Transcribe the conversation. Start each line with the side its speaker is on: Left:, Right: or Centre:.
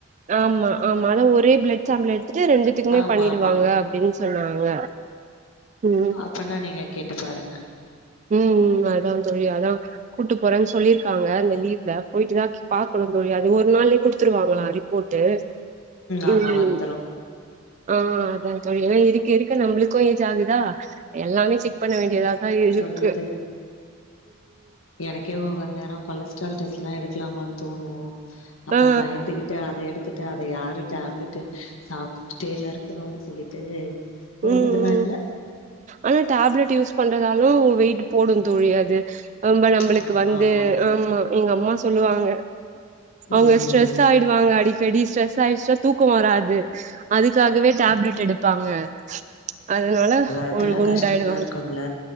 Right: ஆமா ஆமா அதா ஒரே பிளட் சாம்பிள் எடுத்துட்டு ரெண்டு த்துக்குமே
Left: ஆமா
Right: பண்ணிடுவாங்க
Left: ஆமா
Right: அப்படின்னு சொன்னாங்க ம்
Left: அப்பண்ணா நீங்க கேட்டு பாருங்க
Right: ம் ம் அதா தோழி அதா கூட்டு போறேனு சொல்லிருக்காங்க இந்த லீவ்ல போயிட்டு தா பாக்கணு தோழி அது ஒரு நாள்லயே குடுத்துருவாங்களா ரிப் போட்டு
Left: ஆமா
Right: ம்
Left: வந்துரு
Right: ஆ அதா தோழி ஏனா இருக்க இருக்க நம்முளுக்கு ஏஜாகுதா எல்லாமே செக் பண்ண வேண்டியதாதா இருக்
Left: ன்றது எனக் கே ஒவ்வொரு நேரோ கொலட்ஸ்ரால் டெஸ்லா எடுக்கலாமான் தோணு அப்றோ
Right: ஆ
Left: பயந்துகிட் ட்டா அத எடுத்துட்டா அத யாரு டேப்லெட்டு சாப்ட்டுட்டேல இருக்கணுன் சொல்லிட்டு போறதுலா
Right: ம் ம்
Left: இல்ல
Right: ஆனா டேப்லெட் யூஸ் பண்றதாலியு வெயிட் போடு தோழி அது ரொம்ப நம்ளுக்கு
Left: ஆ
Right: வந்து
Left: ஆமா
Right: ஆமா எங்க அம்மா சொல்லுவாங்க
Left: ம்
Right: உங்க ஸ்ட்ரெ ஸ் ஆயிடுவாங்க அடிக்கடி ஸ்ட்ரெஸ் ஆயிச்சுனா தூக்கோ வராது அதுக்காகவே டேப்லெட் எடுப்பாங்க அதனால
Left: அதெல்லா
Right: கொழு கொழுன்
Left: கஷ்டமா
Right: குண்டாயிடுவாங்க
Left: இருக்கும்ல